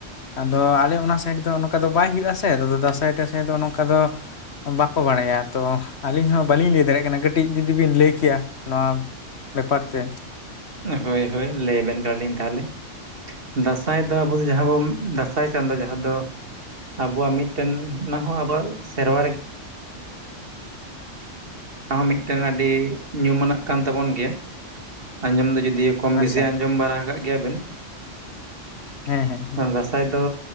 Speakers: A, on the left (about 60°); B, on the right (about 50°).
A: ᱟᱫᱚ ᱟᱞᱮ ᱚᱱᱟ ᱥᱟᱭᱤᱰ ᱫᱚ ᱚᱱᱠᱟ ᱫᱚ ᱵᱟᱭ ᱦᱩᱭᱩᱜᱼᱟ ᱥᱮ ᱟᱫᱚ ᱫᱟᱸᱥᱟᱭ ᱴᱟᱸᱥᱟᱭ ᱫᱚ ᱱᱚᱝᱠᱟ ᱫᱚᱼᱼ ᱵᱟᱠᱚ ᱵᱟᱲᱟᱭᱟ ᱛᱚ ᱟᱹᱞᱤᱧ ᱦᱚᱸ ᱵᱟᱹᱞᱤᱧ ᱞᱟᱹᱭ ᱫᱟᱲᱮᱭᱟᱜ ᱠᱟᱱᱟ ᱠᱟᱹᱴᱤᱡ ᱡᱩᱫᱤᱵᱤᱱ ᱞᱟᱹᱭ ᱠᱮᱭᱟ ᱱᱚᱣᱟ ᱵᱮᱯᱟᱨ ᱛᱮ?
B: ᱦᱳᱭ ᱦᱳᱭ ᱞᱟᱹᱭ ᱟᱵᱮᱱ ᱠᱟᱱᱟᱞᱤᱧ ᱛᱟᱦᱚᱞᱮ᱾ ᱫᱟᱸᱥᱟᱭ ᱫᱚ ᱟᱵᱚ ᱫᱚ ᱡᱟᱦᱟᱸ ᱵᱚ ᱫᱟᱸᱥᱟᱭ ᱪᱟᱸᱫᱚ ᱡᱟᱦᱟᱸ ᱫᱚᱼᱼ ᱟᱵᱚᱣᱟᱜ ᱢᱤᱫᱴᱮᱱ ᱚᱱᱟ ᱦᱚᱸ ᱟᱵᱚᱣᱟᱜ ᱥᱮᱨᱣᱟ ᱨᱮᱜᱮᱼᱼ ᱚᱱᱟᱦᱚᱸ ᱢᱤᱫᱴᱮᱱ ᱟᱹᱰᱤ ᱧᱩᱢᱟᱱᱟᱜ ᱠᱟᱱ ᱛᱟᱵᱚᱱ ᱜᱮᱭᱟ ᱟᱸᱡᱚᱢ ᱫᱚ ᱡᱩᱫᱤᱭᱼᱼ ᱠᱚᱢ
A: ᱟᱪᱪᱷᱟ
B: ᱵᱮᱥᱤ ᱟᱸᱡᱚᱢ ᱵᱟᱲᱟ ᱟᱠᱟᱫ ᱜᱮᱭᱟ ᱵᱮᱱ᱾ <unintelligible>
A: ᱦᱮᱸ ᱦᱮᱸ
B: ᱫᱟᱸᱥᱟᱭ ᱫᱚ